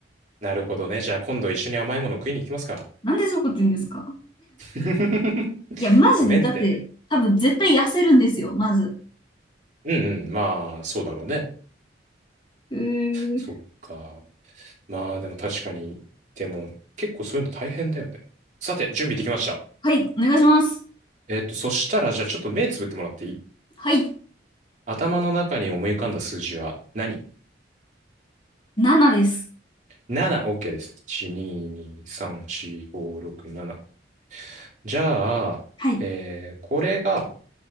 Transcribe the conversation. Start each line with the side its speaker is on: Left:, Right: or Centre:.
Right: なるほどね。じゃあ今度一緒に甘いもの食いに行きますか。
Left: う。なんでそういうこと言うんですか
Right: <laughs>
Left: いや、マジで、
Right: ごめんって。
Left: だって多分絶対痩せるんですよ、まず。
Right: うんうん。まあ、そうだろうね。
Left: うー
Right: そっか。まあ、でも確かに。でも、結構そういうの大変だよね。さて、準備できました。
Left: はい、お願いします。
Right: えっと、そしたら、じゃあちょっと目つぶってもらっていい
Left: はい、
Right: 頭の中に思い浮かんだ数字は何
Left: 7です。
Right: 7、OK です。1、2、2、3、4、5、6、7。じゃあ、
Left: はい、
Right: えーこれが